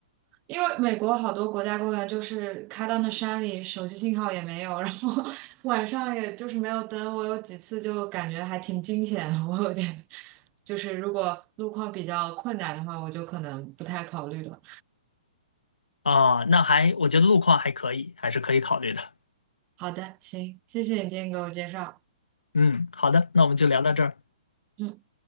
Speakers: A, on the right; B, on the left.
A: 因为美国好多国家公园就是开到那山里，手机信号也没有，然后 <laughs> 晚上也就是没有灯。我有几次就感觉还挺惊险的，我有点就是如果路况比较困难的话，我就可能不太考虑了。
B: 啊。那还我觉得路况还可以，还是可以考虑的。
A: 好的，行，谢谢你今天给我介绍。
B: 嗯，好的，那我们就聊到这儿。
A: 嗯。